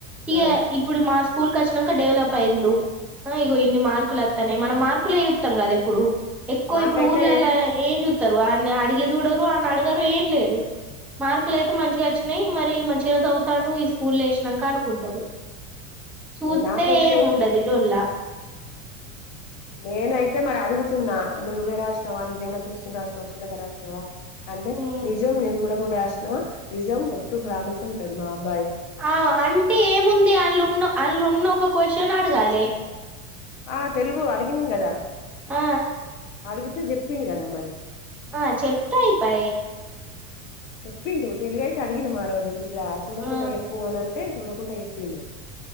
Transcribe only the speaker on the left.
ఆ
నాకైతే
ఆ
నాకైతే
నేనయితే మరి అడుగుతున్నా మరి నువ్వే రాసినవా నిజంగా చూసుకుంట రాసినావా చుడక రాసినవా అంటే
నిజం నేను చూడకుండ రాసిన నిజం ఒట్టు ప్రామిస్ అంటడు మా అబ్బాయ్
ఆ తెలుగు అడిగినం గదా
అడుగుతే జెప్పిండు కదా మరి
చెప్పిండు తెలుగ అయితే అడిగిన మా రోజు ఇట్లా చుడకుంట
చెప్పు అని అంటే చుడకుండ చెప్పిండు